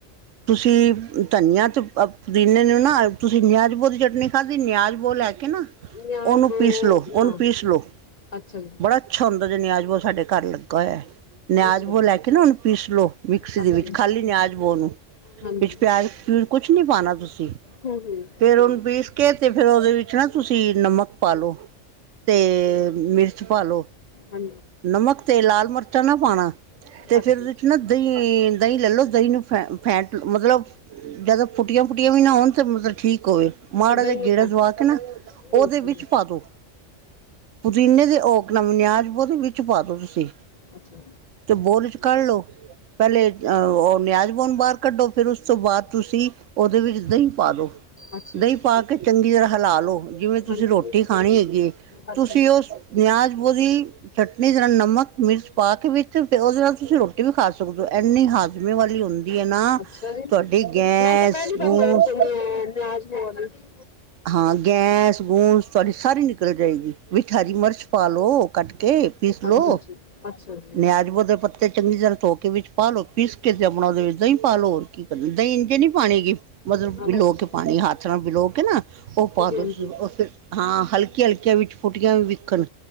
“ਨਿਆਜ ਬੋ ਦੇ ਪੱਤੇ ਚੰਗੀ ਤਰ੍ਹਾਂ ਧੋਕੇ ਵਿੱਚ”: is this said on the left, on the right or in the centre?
Right